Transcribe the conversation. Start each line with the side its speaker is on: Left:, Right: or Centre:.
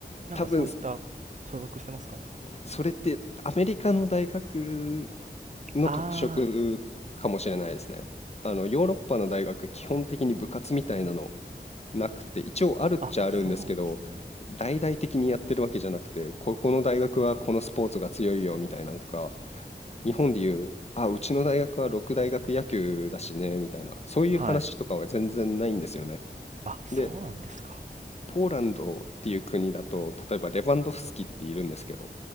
Right: なんかそういった所属してますかね
Left: 多分それってアメリカの大学の特色かもしれないですね。
Right: あ
Left: あの、ヨーロッパの大学、基本的に部活みたいなのなくて、一応あるっちゃあるんですけど、
Right: あ、あ、そうなんですね。
Left: 大々的にやってるわけじゃなくて、ここの大学はこのスポーツが強いよみたいなのとか、日本でいう、あ、うちの大学は六大学野球だしね、みたいな、そういう話とかは全然ないんですよね。
Right: はい。あ、そうなんですか。
Left: で、ポーランドっていう国だと、例えばレバンドフスキっているんですけど、